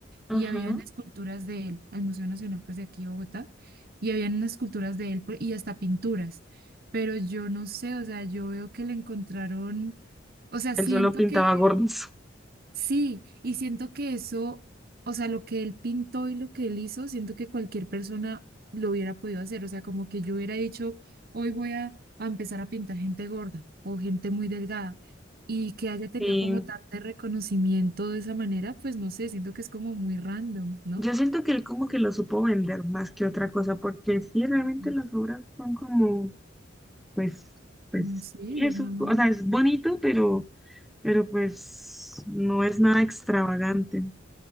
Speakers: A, on the right; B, in the centre.
A: y
B: Ajá.
A: habían esculturas de él, al Museo Nacional, pues de aquí de Bogotá, y habían unas esculturas de él pues, y hasta pinturas, pero yo no sé, o sea, yo veo que le encontraron, o sea,
B: Él
A: siento
B: solo pintaba
A: que
B: gordos.
A: Sí, y siento que eso, o sea, lo que él pintó y lo que él hizo, siento que cualquier persona lo hubiera podido hacer. O sea, como que yo hubiera dicho, hoy voy a, a empezar a pintar gente gorda o gente muy delgada y que haya tenido
B: Y
A: como tanto reconocimiento de esa manera, pues no sé, siento que es como muy random, ¿no?
B: Yo siento que él como que lo supo vender más que otra cosa, porque sí, realmente
A: Ujú.
B: las obras son como, pues, pues,
A: Mm, Sí,
B: sí, es
A: no,
B: un-
A: no.
B: o sea, es bonito, pero, pero pues no es nada extravagante.